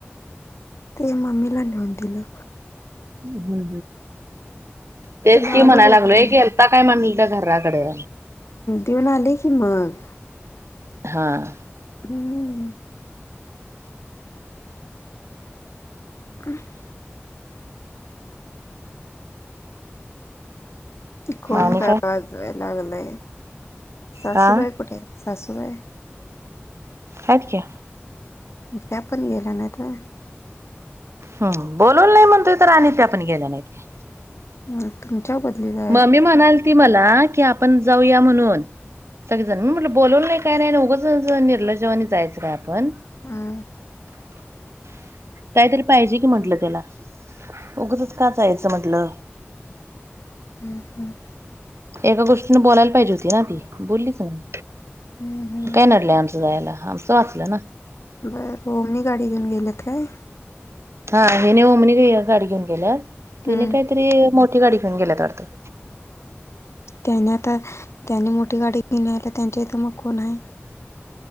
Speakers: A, on the left (about 80°); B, on the right (about 80°).
A: ते मम्मीला नेऊन दिलो
B: ह तेच
A: लाडू
B: कि म्हणायला
A: बनवला.
B: लागलोय कि गेलता काय म्हणल का घराकडे
A: देऊन आले की मग
B: हां
A: हम्म ह <unintelligible> <inaudible> क कोण
B: मग आणि
A: काय वाजवाय लागलंय सासूबाई
B: हा
A: कुठे आहेत सासूबाई?
B: हायत की
A: त्या पण गेल्या नाहीत होय?
B: हम, बोलवल नाही म्हणतोय तर आणि त्यापण गेल्या नाहीत काय
A: हम तुमच्या बदली झा
B: मम्मी म्हणालती मला की पण जाऊया म्हणून सगलीजण मी म्हणल बोलवल नाही काय नाही निर्लजवानी जायचं काय आपण?
A: हमम
B: कायतरी पाहिजे की म्हटलं त्याला उगचच का जायचं म्हटलं.
A: हम् हम्
B: एका गोष्टीने बोलायला पाहिजे होती ना ती बोललीच नाही.
A: हम्म हम्म
B: काय नडलंय आमचं जायला आमचं वाचलं ना
A: बर ओमनी गाडी घेऊन गेल्यात काय?
B: हा हिने ओमनी गाडी घेऊन गेल्यात
A: हम्म
B: तेनी काहीतरी मोठी गाडी घेऊन गेल्यात वाटत
A: त्यानी आता त्यांनी मोठी गाडी घेवून गेल्यात त्यांच्या इथे मग कोण आहे?